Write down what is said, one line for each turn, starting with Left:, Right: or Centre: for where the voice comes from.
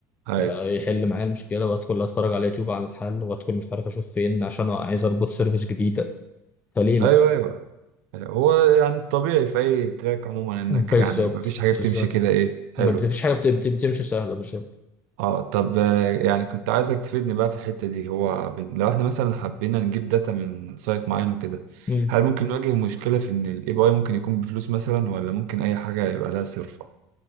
Right: ايوه
Left: آه، يحل معايا المشكله وادخل اتفرج على يوتيوب على الحل وادخل مش عارف اشوف فين عشان عايز اربط سيرفيس جديده فليه لا
Right: ايوه ايوه هو يعني الطبيعي في اي تراك عموما انك
Left: بالظبط
Right: يعني مفيش حاجه
Left: بالظبط
Right: بتمشي كده ايه حلو
Left: ما بتفيش حاجه بت- بت- بتمشي سهله بالظبط
Right: اه طب آه، يعني كنت عايزك تفيدني بقى في الحتة دي هو بن- لو احنا مثلا حبينا نجيب داتا من سايت معين وكده
Left: مم.
Right: هل ممكن نواجه مشكلة في ان الاي بي اي ممكن يكون بفلوس مثلا ولا ممكن اي حاجة يبقى لها صرف